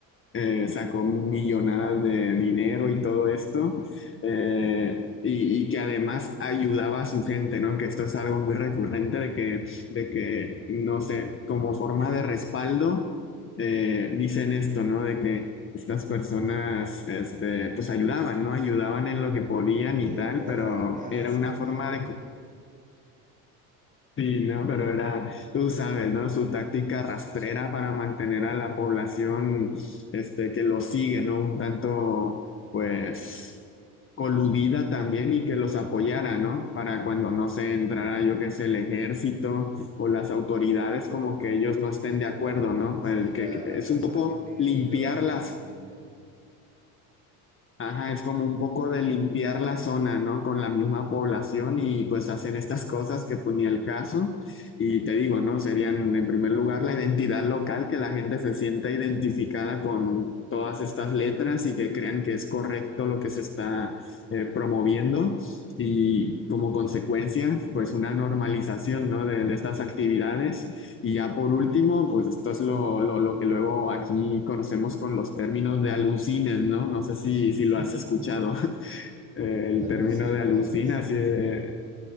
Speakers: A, on the left; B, on the right.
A: eh, sacó millonadas de dinero y todo esto, eh, y, y que además ayudaba a su gente, ¿no? Que esto es algo muy recurrente de que, de que, no sé, como forma de respaldo de- dicen esto, ¿no? De que estas personas, este, pues ayudaban, ¿no? Ayudaban en lo que podían
B: Le
A: y tal,
B: regalaban
A: pero
B: casas,
A: era una
B: no
A: forma
B: sé qué.
A: de, Sí, no, pero era, tú sabes, ¿no? Su táctica rastrera para mantener a la población, este, que lo sigue, ¿no? Un tanto, pues, coludida también y que los apoyara, ¿no? Para cuando no se entrara, yo qué sé, el ejército o las autoridades, como que ellos no estén de acuerdo,
B: Ah, pero
A: ¿no?
B: sí,
A: El
B: la-
A: que, que
B: las
A: es
B: personas
A: un poco
B: que estén
A: limpiar
B: ahí lo, los
A: las
B: defiendan.
A: Ajá, es como un poco de limpiar la zona, ¿no? Con la misma población y pues hacen estas cosas que ponía el caso.
B: Mm.
A: Y te digo, ¿no? Serían en primer lugar la identidad local, que la gente se sienta identificada con todas estas letras y que crean que es correcto lo que se está eh, promoviendo. Y como consecuencia, pues una normalización, ¿no? De, de estas actividades y ya por último, pues esto es lo, lo, lo que luego aquí conocemos con los términos de alucines, ¿no? No sé si, si
B: <laughs>
A: lo has escuchado, <laughs> el
B: Alucín,
A: término de alucina,
B: alucín.
A: sí, eh,